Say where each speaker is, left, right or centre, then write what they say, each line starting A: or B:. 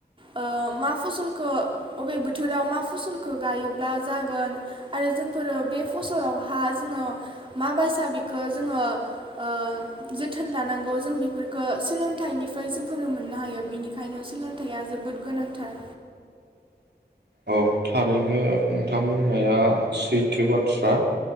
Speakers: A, on the right; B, on the right.
A: ओ मा फसलखो अबे बोथोराव मा फसलखो गायोब्ला जागोन आरो जोंफोरो बे फसलावहा जोङो मा बायसा बेखो जोङो ओ जोथोन लानांगौ जों बेफोरफोरखो सोलोंथाइनिफ्राय जों फोरों मोननो हायो बिनिखायनो सोलोंथाइया जोबोद गोनांथार।
B: औ थारैनो नोंथां बुंनाया सैथो बाथ्रा।